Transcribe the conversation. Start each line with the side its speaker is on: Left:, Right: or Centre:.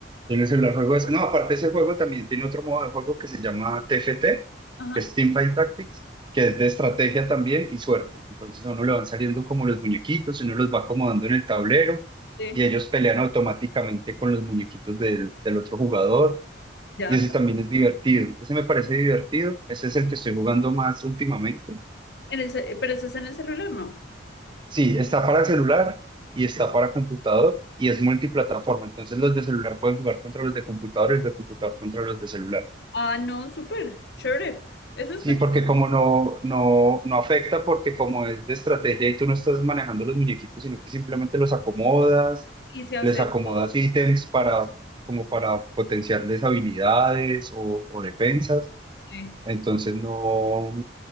Right: En el celular juego ese. No, aparte ese juego también tiene otro modo de juego que se llama T F T
Left: ajá,
Right: que es Teamfight Tactics, que es de estrategia también y suerte. Entonces a uno le van saliendo como los muñequitos, uno los va acomodando en el tablero
Left: sí,
Right: y ellos pelean automáticamente con los muñequitos del, del otro jugador.
Left: ya.
Right: Y ese también es divertido. Ese me parece divertido. Ese es el que estoy jugando más últimamente.
Left: En el, ce- pero eso es en el celular, ¿no?
Right: Sí, está para celular y está para computador y es multiplataforma. Entonces los de celular pueden jugar contra los de computador y los de computador contra los de celular.
Left: Ah, no, súper, chévere. Eso está
Right: Sí,
Left: chévere.
Right: porque como no, no, no afecta, porque como es de estrategia y tú no estás manejando los muñequitos, sino que simplemente los acomodas,
Left: Y se hace
Right: les acomodas
Left: todo,
Right: ítems para, como para potenciarles habilidades o, o defensas,
Left: sí.
Right: entonces no,